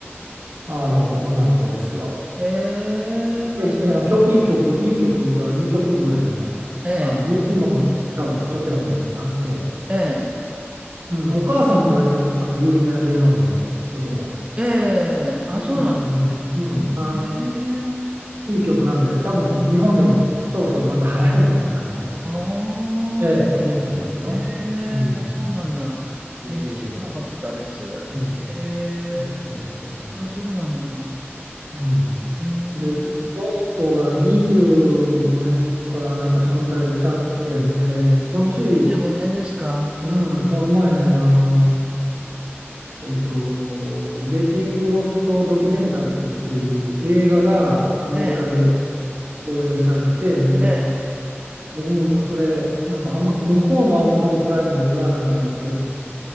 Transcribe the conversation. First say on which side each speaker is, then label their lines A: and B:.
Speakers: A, on the right; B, on the right.
A: あの、女の子ですよ。
B: え、ええ。へえ、あ、
A: ぜひ、
B: そうなん、
A: あの、きょ、いい曲、いい曲が2曲ぐらいね、
B: ええ、
A: あの、今も多分ヒットチャートにあって、
B: え
A: うん、お母さんも割となんか有名な芸能人の人で、
B: え、ええ、あ、
A: うんうんうん、
B: そうなんです
A: うんあの、
B: ね。へえ、
A: いい曲なんで、多分日本でもそろそろまた流行るんじゃないかなと思って、
B: あ
A: ええ、
B: あ、
A: 思ってますよ。
B: そうですか。へえ、
A: うん、
B: あ、そうなんだ。
A: JJ
B: へえ、知らなかったです。
A: エイブラムス。ええ、
B: へえ、
A: そうそうですそうです。
B: あ、そうなんだ。
A: うん。
B: うん。
A: で、ロストが25年かなんかそのぐらい経ってんで、こ、
B: あ、
A: つい
B: もう25年ですか。へえ。
A: うん、この前ね、あの、えっと、ゲーティング・ロスト・ドキュメンタリーっていう映画がアメリカで
B: ええ、
A: 放映されて、んで、
B: ええ、
A: 僕もそれ、なんかアマ、向こうのアマゾンプライムではなんかやってる